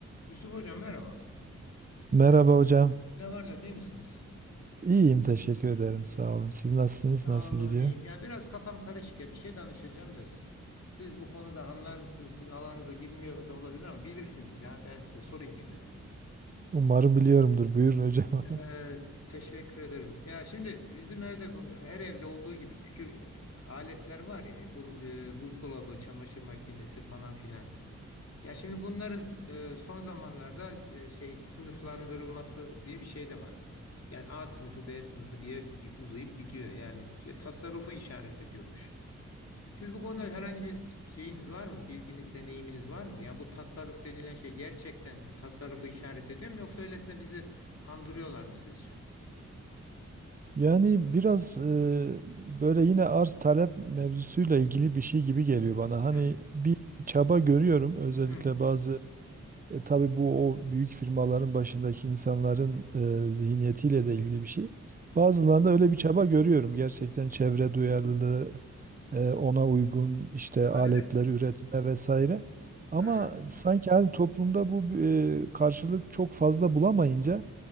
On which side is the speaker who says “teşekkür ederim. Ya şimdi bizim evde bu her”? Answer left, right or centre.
Left